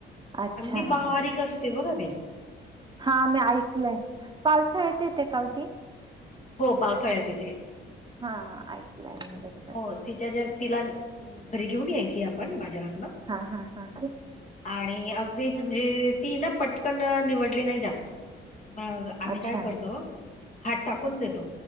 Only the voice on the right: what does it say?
अच्छा
हा मी ऐकलय पावसाळ्यात येते कावती..
हा ऐकलंय मी बरोबर
हा हा हा
अच्छा